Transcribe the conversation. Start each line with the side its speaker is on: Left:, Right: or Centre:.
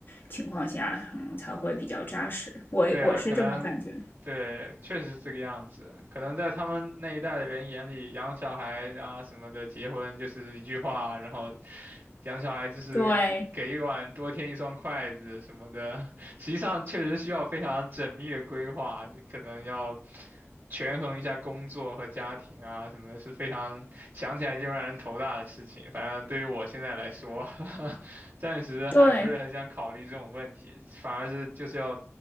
Left: 情况下，嗯，才会比较扎实。我我是这么感觉。
Right: 对啊，可能对，确实是这个样子。可能在他们那一代的人眼里，养小孩啊什么的，结婚就是一句话，然后养小孩就是给一碗多添一双筷子什么的。
Left: 对
Right: <laughs> 实际上，确实需要非常缜密的规划，可能要权衡一下工作和家庭啊什么的，是非常想起来就让人头大的事情。反正对于我现在来说，<laughs> 暂时还不是很想考虑这种问题，
Left: 对，
Right: 反而是就是要。